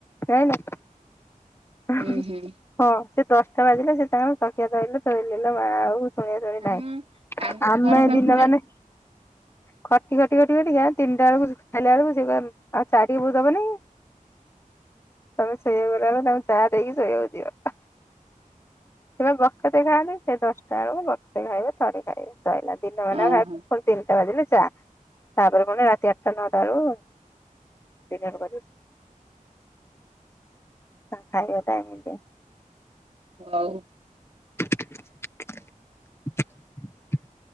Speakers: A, on the left; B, on the right.
A: ହେଲେ ଯାଇଁ ଲୁ।
B: ଉୁଁ ହୁଁ
A: ହଁ ସେ ଦଶଟା ବାଜିଲେ ସେ ତାଙ୍କ ତକିଆ ଧଇଲେ ଶୋଇଲେ ଲୋ ମା ଆଉ ଶୁଣିଆ ଶୁଣି
B: ଆମ
A: ନାହିଁ
B: ଆମ
A: ଆମେ
B: ଘର ପାଖରେ
A: ଦିନ ମାନେ ଖଟି ଖଟି ଖଟି ଖଟିିକା ତିନିଟା ବେଳକୁ ଖାଇଲା ବେଳକୁ ସେ କହିବେ ଆଉ ଚା ଟିକେ ବୋଉ ଦବନେଇ କି ତମେ ଶୋଇଆକୁ ଗଲାବେଳୁ କୁ ତାଙ୍କୁ ଚାଆ ଦେଇକି ଶୋଇବାକୁ ଯିବ। ସେ ବା ବକତେ ଖାଆନ୍ତି ସେ ଦଶଟା ବେଳକୁ ବକ୍ତେ ଖାଇବେ ଥରେ ଖାଇବେ। ସଇଲା ଦିନ ମାନ
B: ଓହୋ
A: ଭାତ ପୁଣି ତିନି ଟା ବାଜିଲେ ଚା ତାପରେ ପୁଣି ରାତି ଆଠଟା ନଅଟା ବେଳକୁ <unintelligible> ତାଙ୍କ ଖାଇବା ଟାଇମ ଟା।
B: ହଉ
A: <inaudible>